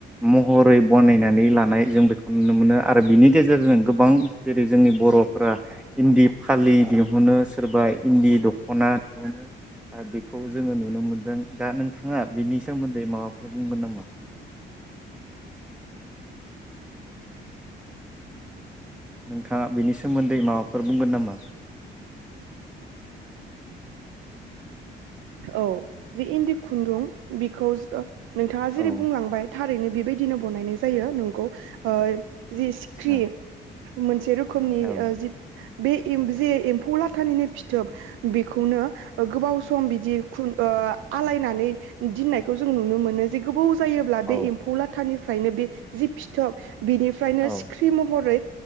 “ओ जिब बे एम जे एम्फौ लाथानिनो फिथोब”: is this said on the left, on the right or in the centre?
Right